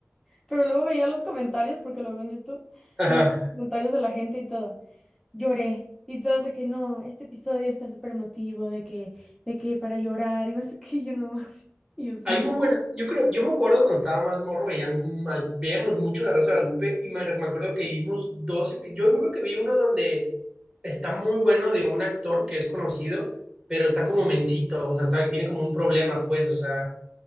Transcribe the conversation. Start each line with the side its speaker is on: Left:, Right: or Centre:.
Centre: Pero luego veía los comentarios, porque lo veo en YouTube,
Right: Ajá.
Centre: veía los comentarios de la gente y todo. Lloré. Y todos de que no, este episodio está súper emotivo, de que, de que para llorar y no sé qué, y yo no <laughs> mames. Y yo sí.
Right: Hay muy bueno, yo creo, yo me acuerdo cuando estaba más morro, veía ma- veíamos mucho La Rosa de Guadalupe y me, me acuerdo que vimos dos, epi- yo me acuerdo que vi uno donde está muy bueno de un actor que es conocido, pero está como mencito, o sea, está, tiene como un problema, pues, o sea,